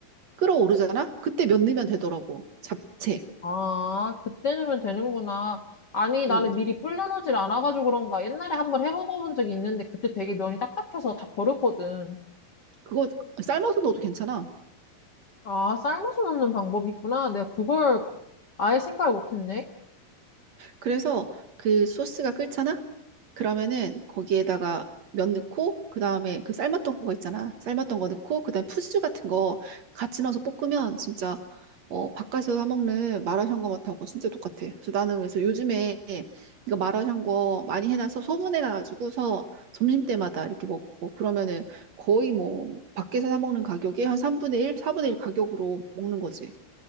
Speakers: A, on the right; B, on the left.
A: 끓어오르잖아? 그때 면 넣으면 되더라고. 잡채.
B: 아, 그때 넣으면 되는구나. 아니, 나는
A: 응.
B: 미리 불려놓질 않아가지고 그런가. 옛날에 한번 해먹어본 적이 있는데 그때 되게 면이 딱딱해서 다 버렸거든.
A: 그거 삶아서 넣어도 괜찮아.
B: 아, 삶아서 넣는 방법이 있구나. 내가 그걸 아예 생각을 못했네.
A: 그래서 그 소스가 끓잖아? 그러면은 거기에다가 면 넣고 그다음에 그 삶았던 거 있잖아. 삶았던 거 넣고 그다음에 푸즈 같은 거 같이 넣어서 볶으면 진짜 어 바깥에서 사 먹는 마라샹궈맛하고 진짜 똑같아. 그래서 나는 그래서 요즘에 이거 마라샹궈 많이 해놔서 소분해 가지고서 점심때마다 이렇게 먹고 그러면은 거의 뭐 밖에서 사 먹는 가격의 한 3분의 1, 4분의 1 가격으로 먹는 거지.